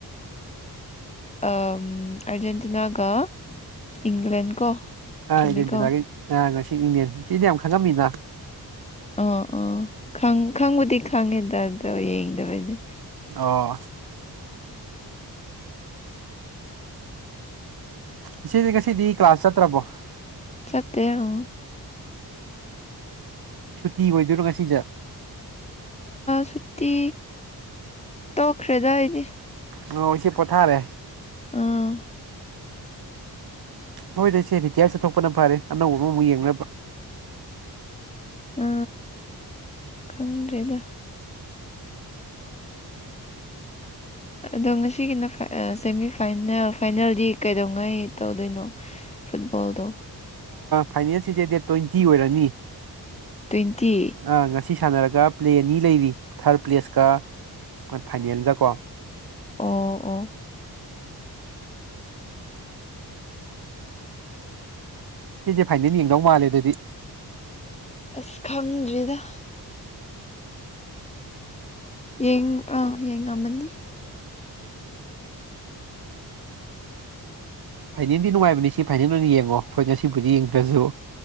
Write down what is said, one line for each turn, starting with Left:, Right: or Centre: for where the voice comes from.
Left: ꯑ ꯑꯔꯖꯦꯟꯇꯤꯅꯥ ꯀ ꯏꯪꯂ꯭ꯂ ꯀꯣ
Right: ꯑ
Left: ꯆꯨꯝꯃꯤꯀꯣ
Right: ꯏꯦꯟꯁꯤꯅꯥꯈꯩ ꯑ ꯉꯁꯤ ꯏꯅꯦꯦꯟ ꯁꯤꯗꯤ ꯌꯥꯝ ꯈꯪꯉꯝꯃꯤꯅ
Left: ꯑ ꯑꯥ ꯈꯪꯕꯨꯗꯤ ꯈꯪꯉꯦꯗ ꯑꯗꯣ ꯌꯦꯡꯗꯕꯩꯗꯤ
Right: ꯑꯣ ꯏꯆꯦꯗꯤ ꯉꯁꯤꯗꯤ ꯀ꯭ꯂꯥꯁ ꯆꯠꯇ꯭ꯔꯕꯣ
Left: ꯆꯠꯇꯅ
Right: ꯁꯨꯇꯤ ꯑꯣꯏꯗꯣꯏꯔꯣ ꯉꯁꯤꯁꯦ
Left: ꯁꯨꯇꯤ ꯇꯧꯈ꯭ꯔꯦꯗꯏꯗꯤ
Right: ꯅꯁꯤ ꯄꯣꯊꯥꯔꯦ
Left: ꯑꯥ
Right: ꯍꯣꯏꯁꯦ ꯕꯤ ꯇꯤ ꯑ ꯆꯠꯊꯄꯅ ꯐꯔꯦ ꯑꯅꯧꯕ ꯑꯃꯃꯨꯛ ꯌꯦꯡꯅꯕ
Left: ꯑ ꯈꯪꯗ꯭ꯔꯦꯗ ꯑꯗꯣ ꯉꯁꯤꯒꯤꯅ ꯁꯦꯃꯤ ꯐꯥꯏꯅꯦꯜ ꯐꯥꯏꯅꯦꯜꯗꯤ ꯀꯩꯗꯧꯉꯥꯏ ꯇꯧꯗꯣꯏꯅꯣ ꯐꯨꯠꯕꯣꯜꯗꯣ
Right: ꯐꯥꯏꯅꯦꯜ ꯁꯤꯁꯦ ꯗꯦꯠ ꯇ꯭ꯋꯦꯟꯇꯤ ꯑꯣꯏꯔꯅꯤ
Left: ꯇ꯭ꯋꯦꯟꯇꯤ
Right: ꯑ ꯉ ꯑꯁꯤ ꯁꯥꯟꯅꯔꯒ ꯄ꯭ꯂꯦ ꯑꯅꯤ ꯂꯩꯔꯤ ꯊꯥꯔꯠ ꯄ꯭ꯂꯦꯁꯀ ꯐꯥꯏꯅꯦꯜꯒ ꯀꯣ
Left: ꯑꯣ ꯑꯣ
Right: ꯁꯤꯁꯦ ꯐꯥꯏꯅꯜ ꯌꯦꯡꯗꯧ ꯃꯥꯜꯂꯦ ꯑꯗꯨꯗꯤ
Left: ꯑꯁ ꯈꯪꯗ꯭ꯔꯤꯗ ꯌꯦꯡ ꯑ ꯌꯦꯡꯝꯃꯅꯤ
Right: ꯐꯥꯏꯅꯦꯜꯗꯤ ꯅꯨꯡꯉꯥꯏꯕꯅꯤ ꯁꯤ ꯐꯥꯏꯅꯦꯜ ꯑꯣꯏꯅ ꯌꯦꯡꯉꯣ ꯑꯩꯈꯣꯏ ꯉꯁꯤꯕꯨꯗꯤ ꯌꯦꯡꯗ꯭ꯔꯁꯨ